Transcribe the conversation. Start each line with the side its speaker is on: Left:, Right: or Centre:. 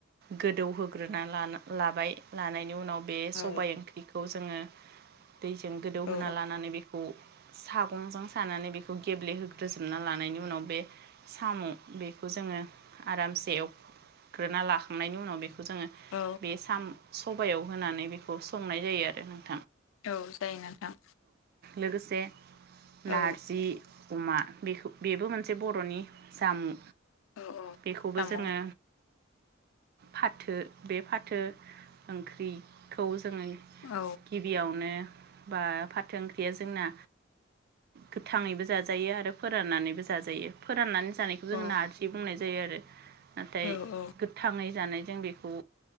Right: गोदौहोग्रोना ला लाबाय लानायनि उनाव, बे
Left: औ
Right: सबाय ओंख्रि खौ जोङो दैजों गोदौहोना
Left: औ
Right: लानानै बे खौ सागंजों सानानै बेखौ गेब्लेहोग्रो जोबना लानायनि उनाव बे साम' बेखौ जोङो आरामसे एवग्रोना लाखांनायनि उनाव बेखौ जोङो
Left: औ
Right: बे साम सबायाव होनानै बेखौ संनाय जायो आरो ना
Left: औ जायो नोंथां
Right: लोगोसे नारजि
Left: औ
Right: अमा बेखौ बेबो मोनसे बर'नि जामुं
Left: औ
Right: बेखौबो
Left: जामुं
Right: जोङो फाथो बे फाथो ओंख्रिखौ जोङो
Left: औ
Right: गिबियावनो बा फाथो ओंख्रिया जोंना गोथाङैबो जाजायो आरो फोराननानैबो जाजायो फोराननानै जानायखौ जों
Left: औ
Right: नारजि बुंनाय जायो आरो नाथाय
Left: औ औ
Right: गोथाङै जानाय जों बेखौ